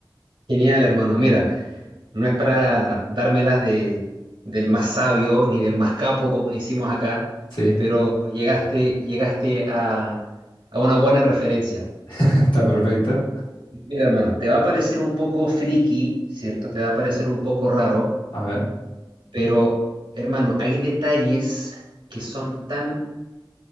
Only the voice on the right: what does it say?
Genial, hermano. Mira, no es para dármelas de, del más sabio ni del más capo, como decimos acá,
pero llegaste, llegaste a, a una buena referencia.
Mira, hermano, te va a parecer un poco friki, ¿cierto? Te va a parecer un poco raro,
pero, hermano, hay detalles que son tan,